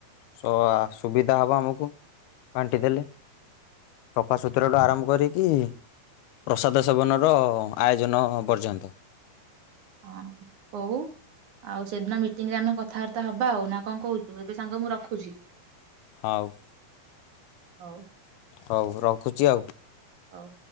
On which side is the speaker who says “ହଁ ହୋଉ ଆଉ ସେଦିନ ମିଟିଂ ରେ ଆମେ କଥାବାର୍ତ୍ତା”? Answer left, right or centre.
Right